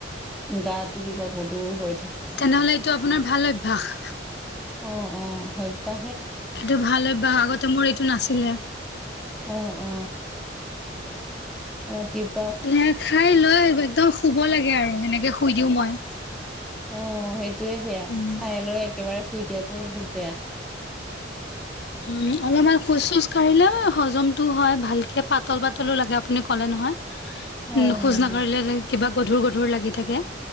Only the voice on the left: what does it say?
তেনেহলে এইটো আপোনাৰ ভাল অভ্যাস
এইটো ভাল হয়্য আগতে মোৰ এইটো নাছিলে
এ খাই লৈ একদম শুব লাগে আৰু সেনেকে শুই দিও মই
উম
উম অলপমান শোজ চোজ কাঢ়ে হজমতো হয় ভালকে পাতল পাতলো লাগে আপুনি ক'লে নহয়।
খোজ
নাকঢ়িলে
কিবা গধুৰ গধুৰ লাগি থাকে।